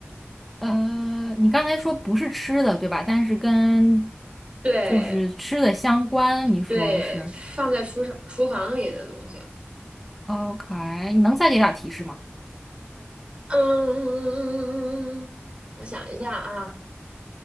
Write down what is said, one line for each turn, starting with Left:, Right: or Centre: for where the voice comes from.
Centre: 呃，你刚才说不是吃的，对吧？但是跟
Right: 对，
Centre: 就是吃的相关，你说是
Right: 对，放在厨上厨房里的东西。
Centre: OK？你能再给点提示吗？
Right: 嗯，我想一下啊，